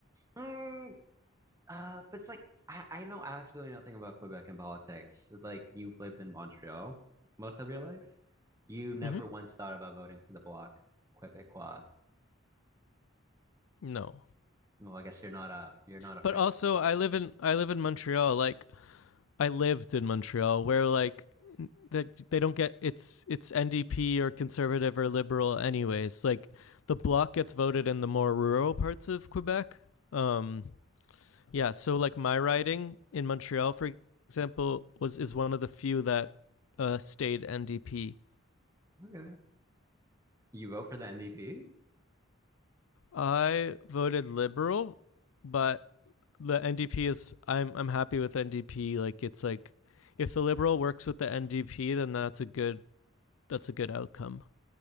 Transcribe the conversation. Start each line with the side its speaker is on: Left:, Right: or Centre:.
Right: Mm, uh, but it's like I, I know absolutely nothing about Quebec and politics. Like you've lived in Montreal most of your life. You never
Left: Mm-hmm.
Right: once thought about voting for the Bloc Québécois.
Left: No.
Right: Well, I guess you're not a, you're not a Francophone.
Left: But also, I live in I live in Montreal. Like I lived in Montreal where like that they don't get it's it's NDP or conservative or liberal anyways. Like the bloc gets voted in the more rural parts of Quebec. Um yeah, so like my riding in Montreal for example was is one of the few that uh stayed NDP.
Right: Okay. You vote for the NDP?
Left: I voted liberal, but the NDP is I'm I'm happy with NDP like it's like if the liberal works with the NDP then that's a good that's a good outcome.